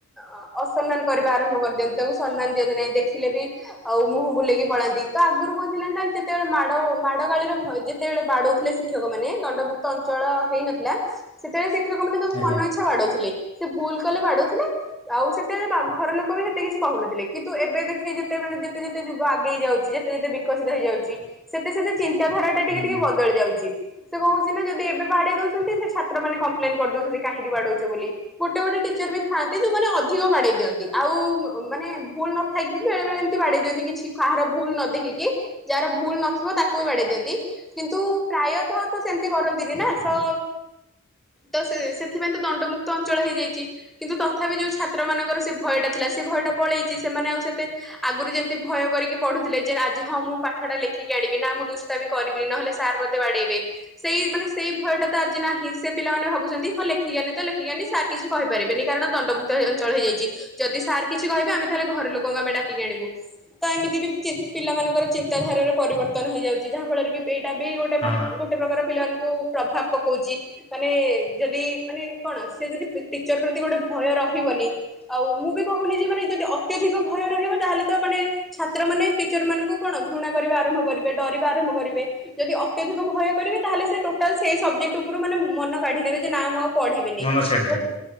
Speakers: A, in the centre; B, on the left.
A: ଅ-ଅସମ୍ମାନ କରିବା ଆରମ୍ଭ କରିଦିଅନ୍ତି, ତାଙ୍କୁ ସମ୍ମାନ ଦିଅନ୍ତି ନାହିଁ, ଦେଖିଲେ ବି ଆଉ ମୁହଁ ବୁଲେଇକି ପଳାନ୍ତି, ତ ଆଗରୁ କଣ ଥିଲା ନା ଯେତେବେଳେ ମାଡ ମାଡ ଗାଳିର ଭୟ ଯେତେବେଳେ ବାଡଉଥିଲେ ଶିକ୍ଷକ ମାନେ, ଦଣ୍ଡମୁକ୍ତ ଅଞ୍ଚଳ ହେଇନଥିଲା ସେତେବେଳେ ସେ ଶିକ୍ଷକମାନେ ତାଙ୍କୁ
B: ଆଜ୍ଞା
A: ମନଇଚ୍ଛା ବାଡଉଥିଲେ। ସେ ଭୁଲ କଲେ ବାଡଉଥିଲେ, ଆଉ ସେତେବେଳେ ବା ଘର ଲୋକ ବି ହେତେ କିଛି କହୁନଥିଲେ, କିନ୍ତୁ ଏବେ ଦେଖିବେ ଯେତେ ମାନେ ଯେତେ ଯେତେ ଯୁଗ ଆଗେଇ ଯାଉଚି, ଯେତେ ଯେତେ ବିକଶିତ ହେଇଯାଉଚି, ସେତେ ସେତେ ଚିନ୍ତାଧାରା ଟା
B: ହୁଁ
A: ଟିକେ ଟିକେ ବଦଳି ଯାଉଚି। ସେ କହୁଚି ନା ଯଦି ଏବେ ବାଡେଇ ଦଉଛନ୍ତି ସେ ଛା ତ୍ର ମାନେ କମ୍ପ୍ଲେନ୍ କରିଦଉଛନ୍ତି କାହିଁକି ବାଡଉଚୁ ବୋଲି, ଗୋଟେ ଗୋଟେ ଟିଚର୍ ବି ଥାଆନ୍ତି, ଯୋଉମାନେ ଅଧିକ ବାଡେଇ ଦିଅନ୍ତି, ଆଉ ଉଁ, ମାନେ ଭୁଲ ନଥାଇକି ବି ବେଳେବେଳେ ଏମତି ବାଡେଇ ଦିଅନ୍ତି, କିଛି କାହାର ଭୁଲ ନ ଦେଖିକି, ଯାହାର ଭୁଲ ନଥିବ ତାକୁ ବି ବାଡେଇ ଦିଅନ୍ତି, କିନ୍ତୁ ପ୍ରାୟତଃ ତ ସେମିତି କରନ୍ତିନି ନା ସୋ ତ ସେ- ସେଥିପାଇଁ ତ ଦଣ୍ଡମୁକ୍ତ ଅଞ୍ଚଳ ହେଇଯାଇଚି, କିନ୍ତୁ ତଥାପି ଯୋଉ ଛାତ୍ର ମାନଙ୍କର ସେ ଭୟ ଟା ଥିଲା ସେ ଭୟ ଟା ପଳେଇଚି ସେମାନେ ଆଉ ସେତେ ଆଗରୁ ଯେମିତି ଭୟ କରିକି ପଢୁଥିଲେ, ଯେ ଆଜି ହଁ ମୁଁ ପାଠ ଟା ଲେଖିକି ଆଣିବି, ନା ମୁଁ ଦୁଷ୍ଟାମ କରିବିନି ନହେଲେ ସାର୍ ମୋତେ ବାଡେଇବେ, ସେଇ ମାନେ ସେଇ ଭୟଟା ତ ଆଜି ନାହିଁ। ସେ ପିଲାମାନେ ଭାବୁଛନ୍ତି ହଁ ଲେଖିକି ଆଣନି ତ ଲେଖିକି ଆଣନି ସାର୍ କିଛି କହିପାରିବେନି କାରଣ ଦଣ୍ଡମୁକ୍ତ ହେ- ଅଞ୍ଚଳ ହେଇଯାଇଚି। ଯଦି ସାର୍ କିଛି କହିବେ ଆମେ ତାହେଲେ ଘର ଲୋକଙ୍କୁ ଆମେ ଡାକିକି ଆଣିବୁ, ତ ଏମିତି ବି ଚି- ପିଲାମାନଙ୍କର ଚିନ୍ତାଧାରାରେ ପରିବର୍ତ୍ତନ ହେଇଯାଉଚି, ଯାହା ଫଳରେ କି ଏଇଟା ବି ଗୋଟେ
B: ହଁ
A: ମାନେ ଗୋଟେ ପ୍ରକାର ପିଲାମାନଙ୍କୁ ପ୍ରଭାବ ପକଉଚି। ତୋମେ ଯଦି ମାନେ କଣ ସେ ଯଦି ପି-ଟିଚର୍ ପ୍ରତି ଗୋଟେ ଭୟ ରହିବନି, ଆଉ ମୁଁ ବି କହୁନି ଯେ ମାନେ ଯଦି ଅତ୍ୟଧିକ ଭୟ ରହିବ ତାହେଲେ ତ ମାନେ ଛାତ୍ର ମାନେ ଏଇ ଟିଚର୍ ମାନଙ୍କୁ କଣ ଘୃଣା କରିବା ଆରମ୍ଭ କରିବେ, ଡରିବା ଆରମ୍ଭ କରିବେ, ଯଦି ଅତ୍ୟଧିକ ଭୟ କରିବେ ତାହେଲେ ସେ ଟୋଟାଲ୍ ସେଇ ସବଜେକ୍ଟ ଉପରୁ ମାନେ ଉଁ ମନ କାଢ଼ିିନେବେ ଯେ ନା ମୁଁ ଆଉ। ପଢିବିନି
B: ମନ ଛାଡିଦେବେ
A: ଗୋଟ